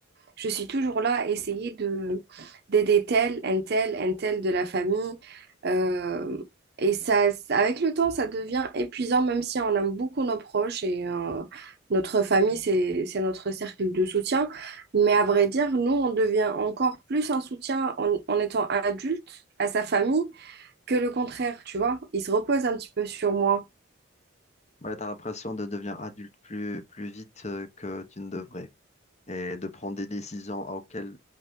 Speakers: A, on the right (about 50°); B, on the left (about 35°).
A: Je suis toujours là à essayer de d'aider tel, un tel, un tel de la famille. Euh, et ça, ça- avec le temps, ça devient épuisant, même si on aime beaucoup nos proches et euh, notre famille, c'est, c'est notre cercle de soutien. Mais à vrai dire, nous, on devient encore plus un soutien en, en étant adulte à sa famille que le contraire, tu vois. Il se repose un petit peu sur moi.
B: Ouais, tu as l'impression de devenir adulte plus, plus vite euh, que tu ne devrais et de prendre des décisions auxquelles